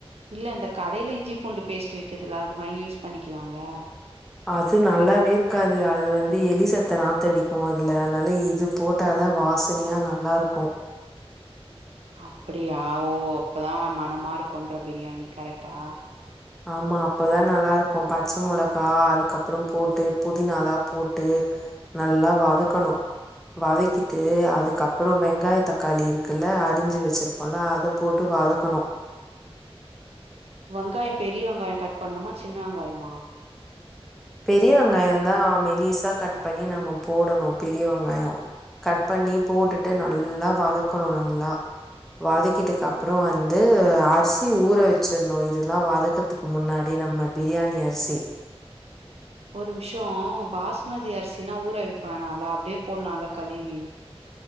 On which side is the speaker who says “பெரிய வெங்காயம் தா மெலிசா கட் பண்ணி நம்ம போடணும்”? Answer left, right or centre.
Centre